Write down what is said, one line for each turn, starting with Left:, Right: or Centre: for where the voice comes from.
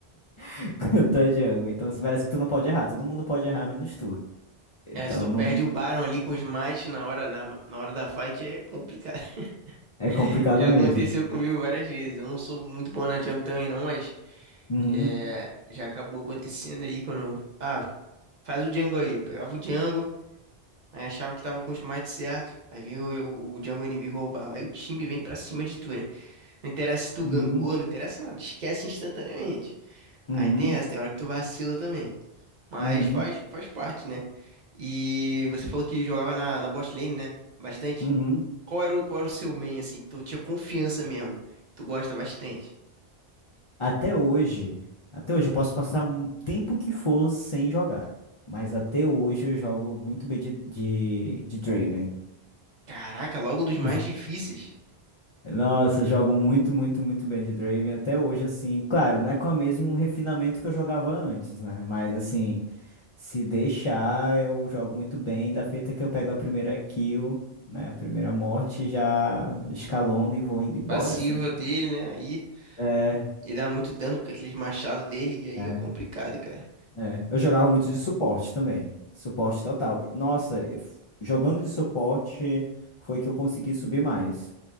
Left: <laughs> Cantar Django. Então se parece que tu não pode errar. Todo mundo pode errar, menos tu. Então
Right: É, se tu
Left: não
Right: perde o Baron ali com os mates na hora, na, na hora da fight é complicado.
Left: é complicado
Right: <laughs> Já
Left: mesmo.
Right: aconteceu comigo várias vezes. Eu não sou muito bom na jungle também não, mas
Left: Uhum,
Right: é, já acabou acontecendo aí quando... eu- Ah, faz o jungle aí. Eu pegava o jungle, aí achava que tava com os mates certo, aí vinha o, o, o jungle inimigo roubava. Aí o time vem pra cima de tu, né? Não interessa se tu
Left: uhum,
Right: gankou, não interessa nada. Esquece instantaneamente.
Left: uhum,
Right: Aí tem essa, tem hora que tu vacila também. Mas
Left: uhum,
Right: faz, faz parte, né? E você falou que jogava na, na bot lane, né? Bastante.
Left: uhum.
Right: Qual era o, qual era o seu main, assim, que tu tinha confiança mesmo? Tu gosta bastante.
Left: Até hoje, até hoje eu posso passar o tempo que for sem jogar. Mas até hoje eu jogo muito bem de, de, de Draven.
Right: Caraca, logo um dos
Left: <laughs>
Right: mais difíceis.
Left: Nossa, eu jogo muito, muito, muito bem de Draven até hoje, assim. Claro, não é com o mesmo refinamento que eu jogava antes, né? Mas assim. Se deixar, eu jogo muito bem. Da feita que eu pego a primeira kill, né? A primeira morte, já escalono e vou indo embora,
Right: Passiva
Left: assim.
Right: dele, né? Aí
Left: É,
Right: ele dá muito dano com aqueles machados dele e aí
Left: é,
Right: é complicado, cara.
Left: é. Eu jogava muito de suporte também. Suporte total. Nossa, eu f- jogando de suporte foi que eu consegui subir mais.